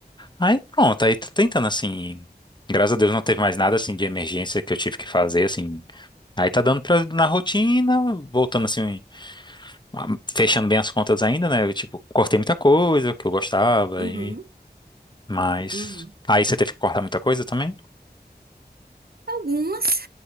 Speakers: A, on the left; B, on the right.
A: Aí pronto, aí tô tentando assim. Graças a Deus não teve mais nada assim de emergência que eu tive que fazer assim. Aí tá dando pra, na rotina, voltando assim, ah, fechando bem as contas ainda, né? Eu, tipo, cortei muita coisa que eu gostava
B: uhum,
A: e mas
B: uhum.
A: aí você teve que cortar muita coisa também?
B: Algumas,